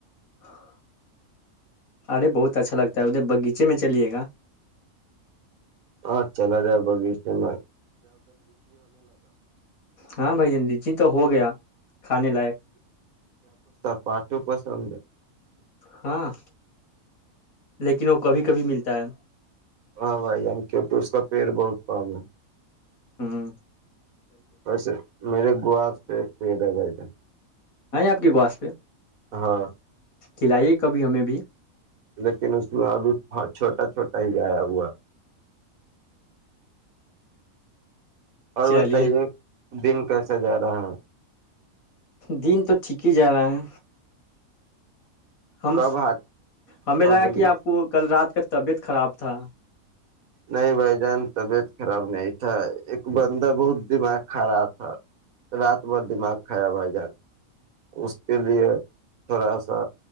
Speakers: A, on the left; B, on the right.
A: ہاں <unintelligible> ارے بہت اچھا لگتا ہے ادھر باغیچے میں چلیے گا
B: ہاں چلا جاؤ بگیسٹم
A: ہاں بھائی جنڈی جی تو ہو گیا کھانے لائق
B: پاٹو پسند
A: ہاں لیکن وہ کبھی کبھی ملتا ہے
B: ہاں بھائی جان کیونکہ اس کا پھر بولتا میں
A: ہوں
B: ویسے میرے گو پہ کوئید بد
A: آ آپ کی گواس پہ
B: ہاں
A: کھلائیے کبھی ہمیں بھی
B: لیکن اس میں ابھی چھوٹا چھوٹا ہی آیا ہوا اور
A: چلیے
B: بتائیے دن کیسے جا رہا ہے
A: دن تو ٹھیک ہی جا رہا ہے ہم
B: کب ہاتھ
A: ہمیں
B: ہاں
A: لگا
B: بولیے
A: کہ آپ کو کل رات کا طبیعت خراب تھا
B: نہیں بھائی جان طبیعت خراب نہیں تھا ایک بندہ بہت دماغ کھا رہا تھا رات ب دماغ کھڑا بھائی جان اس کے لیے تھوڑا سا